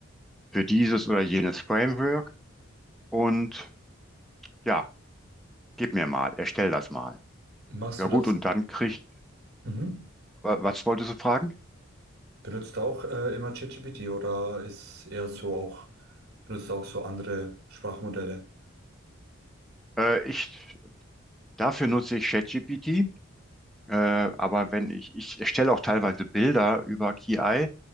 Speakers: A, in the centre; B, on the right (about 50°).
A: für dieses oder jenes Framework. Und ja, gib mir mal, erstell das mal.
B: Machst
A: Ja
B: du
A: gut,
B: das?
A: und dann kriegt,
B: Mhm.
A: was wolltest du fragen?
B: Benutzt du auch äh, immer ChatGPT oder ist eher so auch, benutzt du auch so andere Sprachmodelle?
A: Äh, ich, dafür nutze ich ChatGPT. Äh, aber wenn ich, ich erstelle auch teilweise Bilder über KI,